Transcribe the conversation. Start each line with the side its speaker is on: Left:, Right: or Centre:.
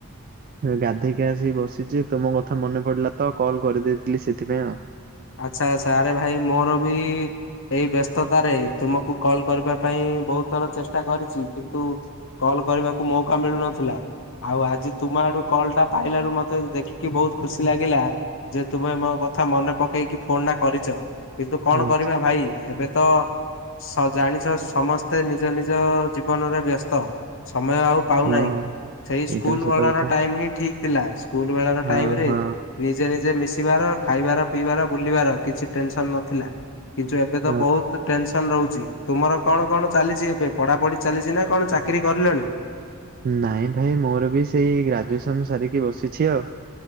Right: ଏବେ ଗାଧେଇକି ଆସିକି ବସିଛି। ତମ କଥା ମନେ ପଡିଲା ତ କଲ୍ କରିଦେଇଥିଲି ସେଥିପାଇଁ ଆଉ।
Left: ଆଚ୍ଛା ଆଚ୍ଛା। ଆରେ ଭାଇ ମୋର ବି ଏଇ ବ୍ୟସ୍ତତାରେ ତୁମକୁ କଲ୍ କରିବା ପାଇଁ ବହୁତ୍ ଥର ଚେଷ୍ଟା କରିଛି। କିନ୍ତୁ କଲ୍ କରିବାକୁ ମୌକା ମିଳୁନଥିଲା। ଆଉ ଆଜି ତୁମ ଆଡୁ କଲ୍ ଟା ପାଇଲାରୁ ମତେ ଦେଖିକି ବହୁତ୍ ଖୁସି ଲାଗିଲା ଯେ ତୁମେ ମୋ କଥା ମନେ ପକେଇକି ଫୋନ୍ ଟା କରିଛ। କିନ୍ତୁ କଣ
Right: ହୁଁ
Left: କରିବା ଭାଇ ଏବେ ତ ସ ଜାଣିଛ ସମସ୍ତେ ନିଜ ନିଜ ଜୀବନରେ ବ୍ୟସ୍ତ। ସମୟ ଆଉ ପାଉନାହିଁ।
Right: ହଁ
Left: ସେହି
Right: ଏଇଟା
Left: ସ୍କୁଲ୍
Right: ବି ସତ
Left: ବେଳର
Right: କଥା।
Left: ଟାଇମ୍ ହିଁ ଠିକ୍ ଥିଲା। ସ୍କୁଲ୍ ବେଳର
Right: ହଁ
Left: ଟାଇମ୍ ରେ
Right: ହଁ
Left: ନିଜେ ନିଜେ ମିଶିବାର ଖାଇବାର ପିଇବାର ବୁଲିବାର କିଛି ଟେନସନ୍ ନଥିଲା। କିନ୍ତୁ ଏବେ ତ
Right: ଆଚ୍ଛା।
Left: ବହୁତ୍ ଟେନସନ୍ ରହୁଛି। ତୁମର କଣ କଣ ଚାଲିଛି ଏବେ ପଢ଼ାପଢ଼ି ଚାଲିଛି ନା କଣ ଚାକିରି କରିଲଣି?
Right: ନାଇଁ ଭାଇ ମୋର ବି ସେଇ ଗ୍ରାଜୁଏସନ୍ ସାରିକି ବସିଛି ଆଉ